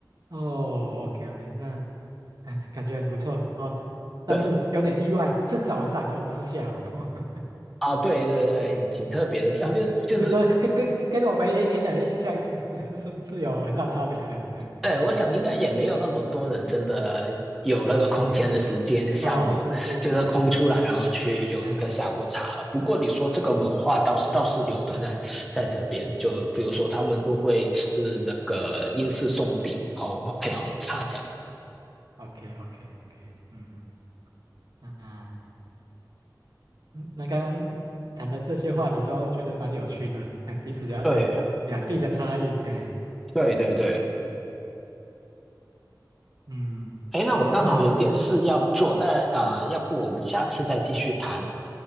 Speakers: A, on the right; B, in the centre.
A: 哦，OK OK，那、哎感觉很不错哦，但是有点意外，
B: 对
A: 是早上而不是下午，<laughs>
B: 啊，对对对，也挺特别的。啊，就是就是，
A: 所以说跟跟跟我们原原来的印象是是是有很大差别的，哎，OK，
B: 对，我想应该也没有那么多人真的有那个空闲的时间，
A: 啊、
B: 下午就是空出来，
A: 哦，是是是是，
B: 然后去有一个下午茶了。
A: 哎
B: 不过你说这个文化倒是倒是有的在，
A: 哎，OK，对，
B: 在这边，
A: 嗯嗯，
B: 就比如说他们都会吃那个英式松饼，然后配红茶这样子。
A: 对嗯嗯对 o k OK OK，嗯嗯，那啊嗯那刚刚谈的这些话题都觉得蛮有趣的，哎，彼此了解两地的差异，
B: 对
A: 哎，
B: 对对对。
A: 嗯。
B: 哎，那我刚好有点事要做，
A: 那
B: 那啊、呃要不我们下次再继续谈？